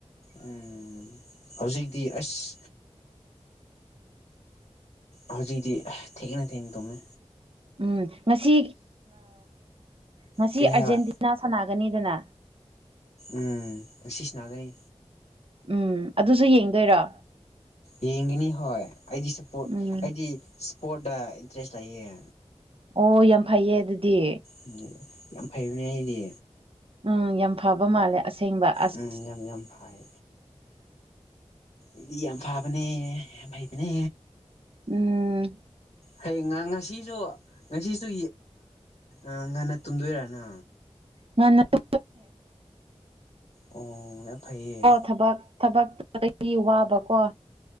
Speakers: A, on the left; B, on the right.
A: ꯎꯝ ꯍꯧꯖꯤꯛꯇꯤ ꯑꯁ ꯍꯧꯖꯤꯗꯤ ꯊꯦꯡꯅ ꯊꯦꯡꯅ ꯇꯃꯦ
B: ꯎꯝ ꯉꯁꯤ ꯉꯁꯤ
A: ꯀꯔꯤ
B: ꯑꯔꯖꯦꯟꯇꯤꯅꯥ
A: ꯍꯥꯏꯕ
B: ꯁꯅꯥ ꯐꯪꯒꯅꯤꯗꯅ
A: ꯎꯝ ꯉ ꯁꯅꯥꯒꯅꯤ
B: ꯎꯝ ꯑꯗꯨꯁꯨ ꯌꯦꯡꯗꯣꯏꯔꯣ
A: ꯌꯦꯡꯒꯅꯤ ꯍꯣꯏ ꯑꯩꯗꯤ ꯁꯄꯣꯔ
B: ꯎꯝ
A: ꯑꯩꯗꯤ ꯏꯁꯄꯣꯔꯠꯗ ꯏꯟꯇꯔꯦꯁ ꯂꯩꯌꯦ
B: ꯑꯣ ꯌꯥꯝ ꯐꯩꯌꯦ ꯑꯗꯨꯗꯤ
A: ꯎꯝ ꯌꯥꯝ ꯐꯩꯕꯅꯦ ꯑꯩꯗꯤ
B: ꯎꯝ ꯌꯥꯝ ꯐꯕ ꯃꯥꯜꯂꯦ ꯑꯁꯦꯡꯕ ꯑꯁ
A: ꯎꯝ ꯌꯥꯝ ꯌꯥꯝ ꯐꯥꯏ ꯏꯗꯤ ꯑꯝꯐꯥꯕꯅꯦ ꯍꯥꯏꯩ ꯄꯅꯦ
B: ꯎꯝ
A: ꯍꯌꯦ ꯉꯁꯤꯁꯨ ꯉꯁꯤꯁꯨ ꯑ ꯉꯟꯅ ꯇꯨꯝꯗꯣꯏꯔꯅ
B: ꯉꯟꯅꯦ <inaudible>
A: ꯑꯣ ꯌꯥꯝ ꯐꯩꯌꯦ
B: ꯊꯕꯛ ꯊꯕꯛꯇꯒꯤ ꯋꯥꯕꯀꯣ